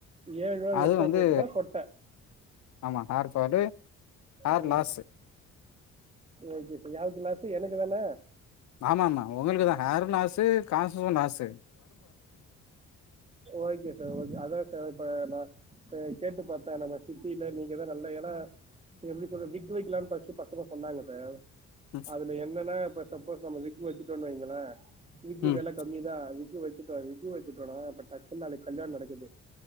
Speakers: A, on the right; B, on the left.
A: ஏழோ
B: அது
A: எட்டோ
B: வந்து
A: போச்சுன்னா சொட்டை
B: ஆமா கார் அடே ஹேர்
A: ம்
B: லாஸ்ஸு
A: ஓகே இப்போ யாருக்கு லாஸ்ஸு எனக்கு தான
B: ஆமா ஆமா உங்களுக்குதா ஹேர்றோ லாசு காசோ லாசு
A: ஓகே சார் ஓகே அதா சார் இப்போ நா கேட்டு பாத்தே நம்ம சுத்தில்ல நீங்கதா நல்ல ஏன்னா எப்டி சொல்ற விக் வெக்கலானு ஃபர்ஸ்ட் பசங்க சொன்னாங்க சார்
B: ம்
A: அதுல என்ன னா இப்ப சப்போஸ் நம்ம விக் வச்சுடோனு வைங்களா விக்
B: ம்
A: வேல கம்மி தா விக் வெ இப்ப விக் வச்சிட்டோனா இப்போ டக்குனு நாளைக்கு கல்யான் நடக்குது